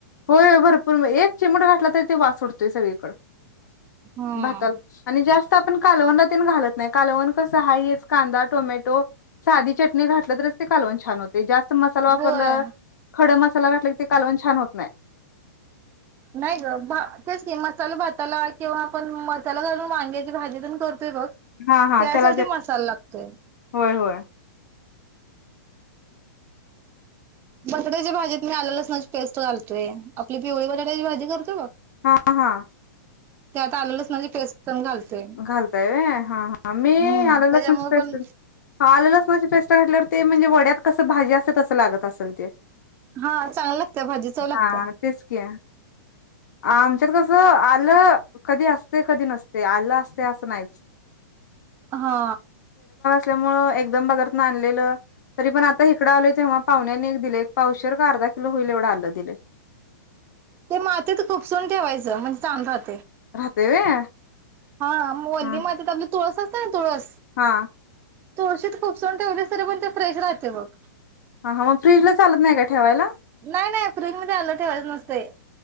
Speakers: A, on the left (about 75°); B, on the right (about 25°).
A: होय होय भरपूर एक चिमट घातला तरी ते वास सूटतोय सगळीकड.
B: हा.
A: भाताला आणि जास्त. आपण कालवण तेन घालत नाही. कालवण कस आहे हेच कांदा टोमॅटो साधी चटणी घातलं तर. कालवण छान होतयं. जास्त मसाला वापरलं
B: होय.
A: खड मसाला. कालवण छान होत नाही.
B: नाही ग तेच की मसाला भाताला किंवा आपण मसाला घाल. वांग्याची भाजी पण करतोय बघ
A: हा हा
B: त्यासाठी
A: त्याला
B: मसाला लागतोय.
A: होय होय
B: बटाट्याच्या भाजीत मी आल्या लसणाची पेस्ट घालतोय. आपली पिवळी बटाट्याची भाजी करतो बघ.
A: हा हा.
B: ते आता आल्लं लसणाची पेस्ट. पण घालतोय
A: घालताय व्हयं हा हा मी
B: हम्म
A: आलं
B: त्याच्यामुळे
A: लसणाची पेस्ट
B: पण
A: हा आलं लसणाची पेस्ट घातल्यावर. ते म्हणजे वड्यात कसं भाजी असते तसं लागत असेल ते.
B: हा चांगल लागत्या भाजी, चव लागत्या.
A: हा तेच की आमच्यात कसं आल्लं कधी असतंय. कधी नसतंय. आल्लं अस तंय असं नाहीच.
B: हा.
A: त्यामुळे एकदम बाजारातून आणलेलं, तरीपण आता इकडं आलोय तेव्हा पाहुण्यांनी एक दिलंय. पावशेर का अर्धा किलो हुईल, एवढं आल्लं दिलंय.
B: ते मातीत खुपसून ठेवायचं, म्हणजे चांगलं राहतंय.
A: ते व्हय.
B: हा मोलीमधे
A: हा
B: त्यातली तुळस अस त्याना तुळस
A: हा.
B: तुळशीत खुपसून ठेवलीस, तरीपण ते फ्रेश राहतंय बघ.
A: हा हा, मग फ्रीजला चालत नाही का ठेवायला?
B: नाही नाही, फ्रीजमध्ये आलं ठेवायचं नसतंय.